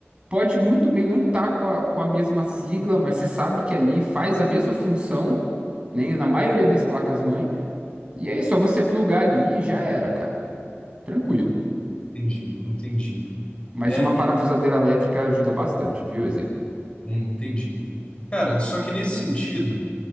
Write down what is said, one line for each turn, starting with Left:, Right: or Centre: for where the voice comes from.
Right: pode muito bem não estar com a, com a mesma sigla, mas você sabe que ali faz a mesma função, né? Na maioria das placas-mãe. E aí é só você plugar ali e já era, cara. Tranquilo.
Left: entendi, entendi.
Right: Mas
Left: É,
Right: uma parafusadeira
Left: e-
Right: elétrica ajuda bastante, viu, Eze?
Left: hum, entendi. Cara, só que nesse sentido,